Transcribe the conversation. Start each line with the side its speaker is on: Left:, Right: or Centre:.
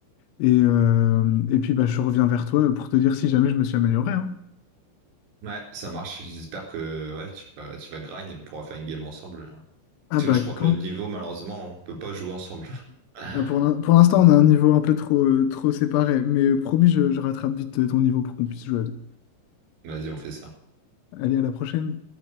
Left: Et, euh, et puis, bah, je reviens vers toi euh, pour te dire si jamais je me suis amélioré. hein.
Right: ouais, ça marche. J'espère que ouais, tu vas, tu vas grind et on pourra faire une game ensemble. hein.
Left: Ah
Right: Parce que
Left: bah
Right: là, je crois que
Left: quand?
Right: le niveau, malheureusement, on peut pas jouer ensemble. <laughs>
Left: Ah, pour l'in- pour l'instant, on a un niveau un peu trop, euh, trop séparé. Mais euh, promis, je, je rattrape vite euh, ton niveau pour qu'on puisse jouer à deux.
Right: Vas-y, on fait ça.
Left: Allez, à la prochaine.